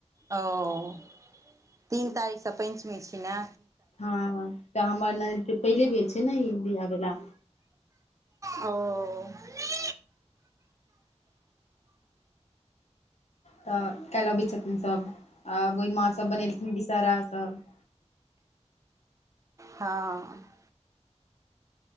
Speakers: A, on the right; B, on the left.
A: ओ तीन तारीख सँ पञ्चमी छी न।
B: हँ तऽ हमर ननैद के पहिले बेर छै ने ई बियाह भेला।
A: ओ। <unintelligible>
B: तऽ काल्हि आबैत छथिन सब आ ओहि माँ सब बनेलथिन विषहरा सब।
A: हँ।